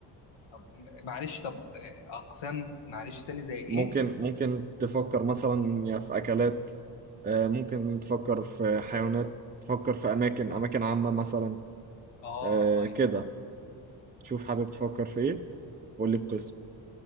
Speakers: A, on the left; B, on the right.
A: طب معلش طب آه، اقسام معلش تاني زي ايه
B: ممكن ممكن تفكر مثلا يا في أكلات آه، ممكن تفكر في حيوانات تفكر في أماكن أماكن عامة مثلا
A: اه
B: آه،
A: طيب
B: كده شوف حابب تفكر في إيه وقول لي القسم